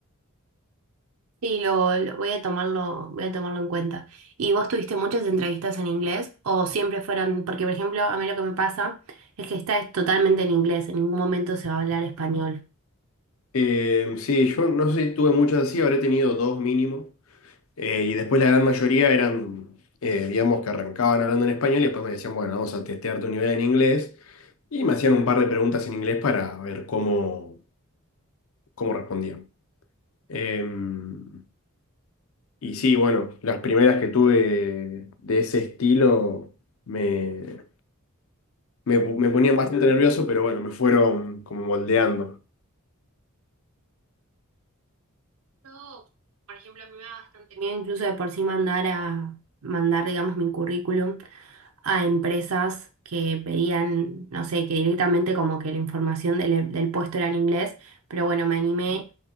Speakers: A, on the right; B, on the left.
A: Sí, lo, lo- voy a tomarlo, voy a tomarlo en cuenta. ¿Y vos tuviste muchas entrevistas en inglés o siempre fueron, porque por ejemplo, a mí lo que me pasa es que esta es totalmente en inglés, en ningún momento se va a hablar español.
B: Eh, sí, yo no sé si tuve muchas así, habré tenido dos mínimo. Eh, y después la gran mayoría eran, eh, digamos, que arrancaban hablando en español y después me decían, bueno, vamos a testear tu nivel en inglés. Y me hacían un par de preguntas en inglés para ver cómo, cómo respondía. Em, Y sí, bueno, las primeras que tuve de ese estilo me, me, me ponían bastante nervioso, pero bueno, me fueron como moldeando.
A: Yo, por ejemplo, me da bastante miedo incluso de por sí mandar a mandar, digamos, mi currículum a empresas que pedían, no sé, que directamente como que la información del, del puesto era en inglés, pero bueno, me animé